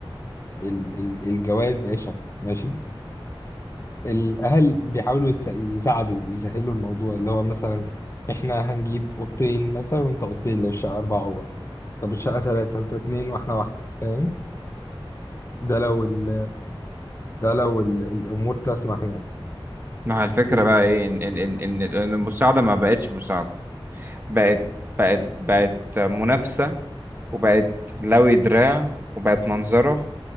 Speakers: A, on the left; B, on the right.
A: ال ال الجواز بأي شكل ماشي الأهل بيحاولوا يس- يساعدوا يسهلوا الموضوع اللي هو مثلا احنا هنجيب أوضتين مثلا وانت أوضتين لو الشقة أربع أوض طب الشقة تلاتة انت اتنين واحنا واحدة فاهم ده لو ال ده لو ال الأمور تسمح يعني
B: ما هو الفكرة
A: في
B: بقى إيه إن إن إن إن إن المساعدة ما بقتش مساعدة بقت بقت بقت منافسة وبقت لوي دراع وبقت منظرة